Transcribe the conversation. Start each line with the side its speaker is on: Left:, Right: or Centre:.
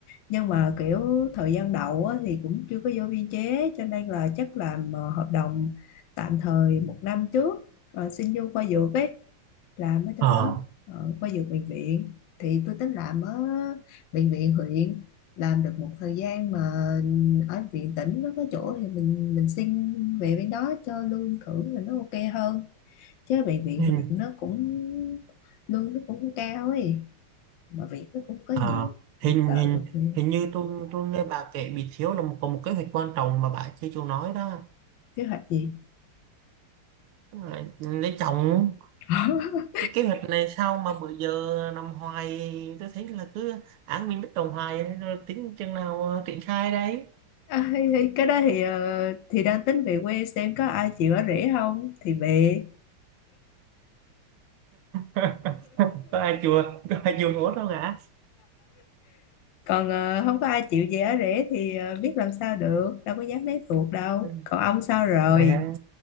Left: nhưng mà kiểu thời gian đầu á, thì cũng chưa có vô biên chế cho nên là chắc làm ờ, hợp đồng tạm thời một năm trước ờ, xin vô khoa dược ấy làm ở trong
Right: ờ
Left: đó ở khoa dược bệnh viện thì tôi tính làm ở bệnh viện huyện làm được một thời gian mà ở viện tỉnh nó có chỗ thì mình mình xin về bên đó cho lương thưởng là nó ok hơn chứ bệnh viện
Right: ừ.
Left: huyện nó cũng lương nó cũng không cao ấy mà việc nó cũng có
Right: À,
Left: nhiều mình
Right: hình
Left: sợ
Right: hình
Left: được thì
Right: hình như tôi tôi nghe bà kể bị thiếu là một, có một kế hoạch quan trọng mà bà chưa chịu nói đó
Left: kế hoạch gì
Right: à, lấy chồng
Left: <laughs>
Right: cái kế hoạch này sao mà bữa giờ nằm hoài tôi thấy là cứ án mình bất đồng hoài rồi tính chừng nào ờ, triển khai đấy
Left: à, thì, thì cái đó thì ờ, thì đang tính về quê xem có ai chịu ở rể không thì về
Right: <laughs> có ai chùa có ai chùa ngốt đâu hả
Left: còn ờ, không có ai chịu giá rẻ thì ờ, biết làm sao được đâu có dám lấy tuột đâu
Right: Ừ.
Left: còn ông sao rồi
Right: Vậy hả?